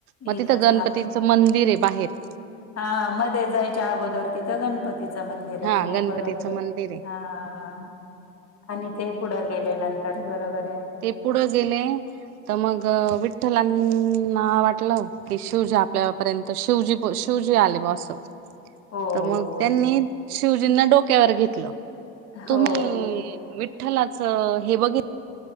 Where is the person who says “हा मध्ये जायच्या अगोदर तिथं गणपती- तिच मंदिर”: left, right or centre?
Left